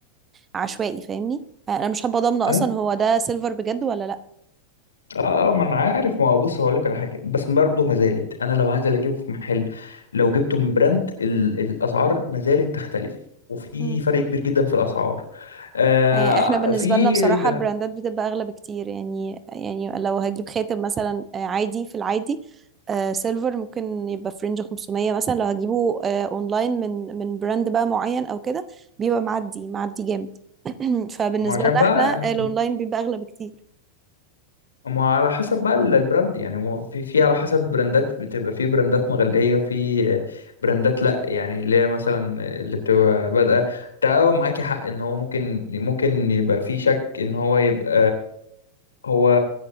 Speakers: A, on the right (about 20°); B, on the left (about 70°).
A: عشوائي فاهمني انا مش هبقى ضامنة
B: اه
A: اصلا هو ده سيلفر بجد ولا
B: اه آه، ما انا عارف ما هو بص هقول لك على حاجه بس برضه ما زالت انا لو هنزل اجيبه في محل لو جبته من براند ال... الاسعار ما زالت تختلف وفي
A: لا
B: فرق كبير جدا في الاسعار آه
A: يعني احنا بالنسبة
B: في
A: لنا بصراحة
B: ال...
A: البراندات بتبقى أغلى بكتير يعني يعني لو هجيب خاتم مثلا آه، عادي في العادي آه، سيلفر ممكن يبقى في رينج 500 مثلا لو هجيبه آه، اونلاين من من براند بقى معين او كده بيبقى معدي معدي جامد <clears throat> فبالنسبة
B: ما عشان
A: لنا
B: بقى
A: احنا آه، الاونلاين بيبقى أغلى بكتير
B: ما على حسب بقى ال- البراند يعني هو في في على حسب البراندات بتبقى في براندات مغلية وفي آه، براندات لأ يعني اللي هي مثلا اللي بتبقى بادئة ده هو معاكي حق إن هو ممكن ممكن يبقى في شك إن هو يبقى هو